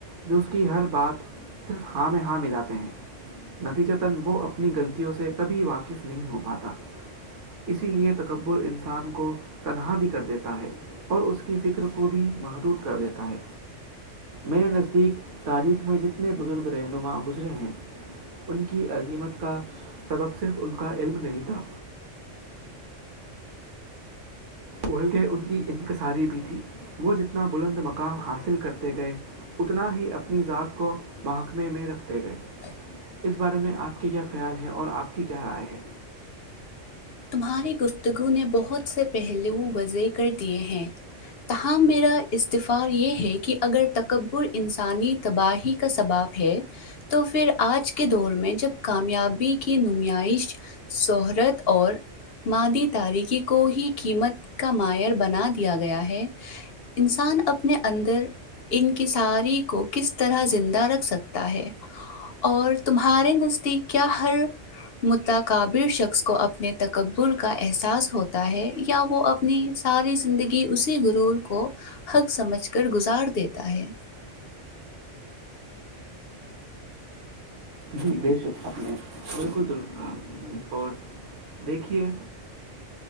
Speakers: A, on the right; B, on the left.
A: جو اس کی ہر بات صرف ہاں میں ہاں ملااتے ہیں نتیجاتن وہ اپنی غلطیوں سے کبھی واقف نہیں ہو پاتا اسی لیے تکبر انسان کو تنہا بھی کر دیتا ہے اور اس کی فکر کو بھی محدود کر دیتا ہے میرے نزدیک تاریخ میں جتنے بزرگ رہنما گزر ہیں ان کی عظیمت کا سبب صرف ان کا علم نہیں تھا وہلک ان کی انکصاری بھی تھی وہ جتنا بلند مقام حاصل کرتے گئے اتنا ہی اپنی ذات کو محکمے میں رکھتے گئے
B: <inaudible>
A: اس بارے میں آپ کے کیا خیال ہے اور آپ کی کیا رائے ہے
B: تمہاری گفتگو نے بہت سے پہلو وہ وضع کر دیے ہیں تاہم میرا استفا یہ ہے کہ اگر تکبر انسانی تباہی کا سباب ہے تو پھر آج کے دور میں جب کامیابی کی نمائش شہرت اور مادی تاریکی کو ہی قیمت کا مایر بنا دیا گیا ہے انسان اپنے اندر ان کی ساری کو کس طرح زندہ رکھ سکتا ہے اور تمہارے نزدیک کیا ہر مددا قابل شخص کو اپ اپنے تکبر کا احساس ہوتا ہے یا وہ اپنی ساری زندگی اسی غرور کو حق سمجھ کر گزار دیتا ہے
A: جی بے شک اپ نے بالکل درست کہا اور دیکھیے